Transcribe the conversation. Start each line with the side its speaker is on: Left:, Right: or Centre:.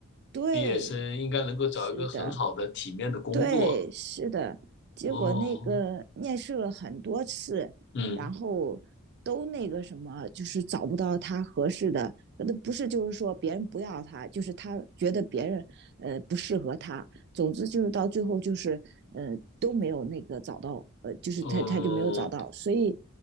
Right: 对，
Left: 毕业生，应该能够找一个很好的体面的工作。
Right: 是的，对，是的，结果那个面试了很多次，
Left: 哦，嗯。
Right: 然后都那个什么，就是找不到他合适的，那不是就是说别人不要他，就是他觉得别人呃不适合他，总之就是到最后就是呃都没有那个找到，呃就是他他就没有找到，
Left: 嗯，
Right: 所以